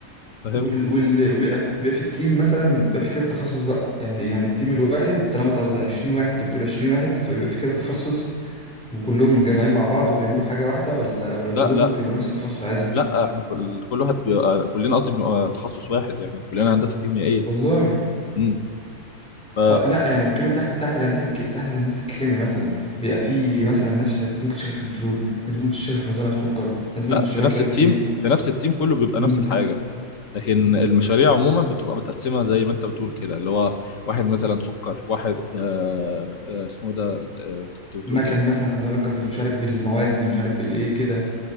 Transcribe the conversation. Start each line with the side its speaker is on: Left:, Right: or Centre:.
Left: فاهم
Centre: وال وال وبيبقى بيبقى في التيم مثلا بيبقى في كذا تخصص بقى يعني يعني التيم الواحد طالما طب- بتاع 20 واحد انت بتقول 20 واحد فبيبقى في كذا تخصص وكلهم متجمعين مع بعض وبيعملوا حاجة واحدة ولا ولا كلهم
Left: لا لا
Centre: ممكن يبقوا نفس التخصص عادي
Left: لا احنا كل, كل واحد بيبقى كلنا قصدي بنبقى تخصص واحد يعني كلنا هندسه كيميائيه
Centre: والله
Left: امم ف
Centre: اه لا يعني بتكلم تحت تحت الهندسة الكي... تحت هندسة الكيمياء مثلا بيبقى في مثلا ناس ممكن تشتغل في البترول ناس ممكن تشتغل في مصانع السكر ناس ممكن
Left: لا
Centre: تشتغل
Left: في نفس
Centre: مش عارف
Left: التيم
Centre: ايه
Left: في نفس التيم كله بيبقى
Centre: امم
Left: نفس الحاجه لكن المشاريع عموما بتبقى متقسمه زي ما انت بتقول كده اللي هو واحد مثلا سكر واحد آه، آه، اسمه ده آه، كنت بتقول
Centre: مكن
Left: ايه
Centre: مثلا له علاقة بال- مش عارف بالمواد مش عارف بالايه كده